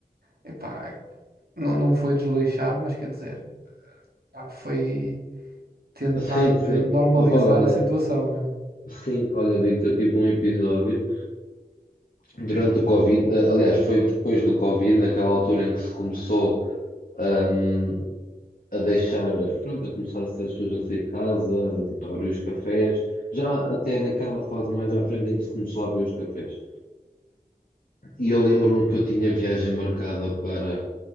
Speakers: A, on the right; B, on the left.
A: epá, não, não foi desleixar, mas quer dizer, pá, foi tentar
B: Sim, sim.
A: eh, normalizar
B: Opa, olha,
A: a situação, né?
B: sim, olha, digo que eu tive um episódio. durante o Covid, eh, aliás, foi depois do Covid, naquela altura em que se começou hum, a deixar, pronto, a começar as pessoas a sair de casa, do tipo a abrir os cafés, já até naquela fase mais à frente em que se começou a abrir os cafés. E eu lembro-me que eu tinha viagem marcada para